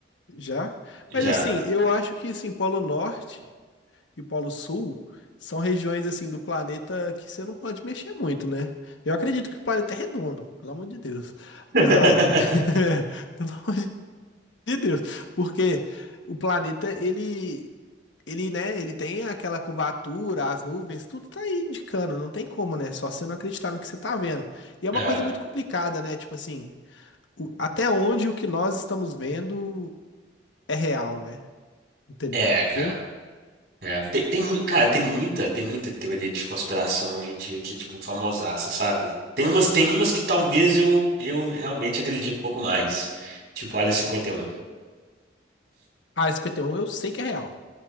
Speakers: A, on the left; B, on the right.
A: Já?
B: Já.
A: Mas assim, eu acho que assim, Polo Norte e Polo Sul são regiões assim do planeta que você não pode mexer muito, né? Eu acredito que o planeta é redondo, pelo amor de Deus. Apesar
B: <laughs>
A: <laughs> pelo amor de Deus, porque o planeta ele Ele, né, ele tem aquela curvatura, as nuvens, tudo tá aí indicando, não tem como, né? Só você não acreditar no que você tá vendo. E é uma
B: É,
A: coisa muito complicada, né? Tipo assim, o- até onde o que nós estamos vendo é real, né? Entendeu?
B: é, cara. É, tem, tem, mu- cara, tem muita, tem muita teoria de conspiração hoje em dia que é, tipo, famosaça, sabe? Tem umas, tem umas que talvez eu, eu realmente acredito um pouco mais. Tipo, a Área cinquenta e um.
A: A área 51 eu sei que é real.